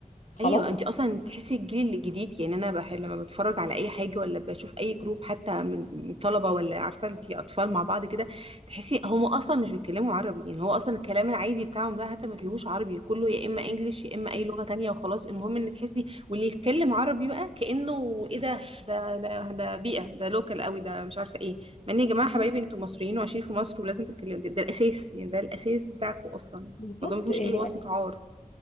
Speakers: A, on the left; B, on the right.
A: خلاص
B: ايوه انت اصلا بتحسي الجيل الجديد يعني انا بحب لما بتفرج على اي حاجه ولا بشوف اي جروب حتى من من طلبه ولا عارفه انت اطفال مع بعض كده تحسي هم اصلا مش بيتكلموا عربي يعني هو اصلا الكلام العادي بتاعهم ده حتى ما فيهوش عربي كله يا اما انجليش يا اما اي لغه تانية وخلاص المهم ان تحسي واللي يتكلم عربي بقى كانه ايه ده ده ده ده بيئه ده لوكال قوي ده مش عارفه ايه مع ان يا جماعه حبايبي
A: اه
B: انتوا مصريين وعايشين في مصر ولازم تتكلموا ده, ده الاساس يعني ده الاساس بتاعكم اصلا
A: بالظبط
B: الموضوع ما فيهوش
A: يعني
B: اي وصمه
A: أنا-
B: عار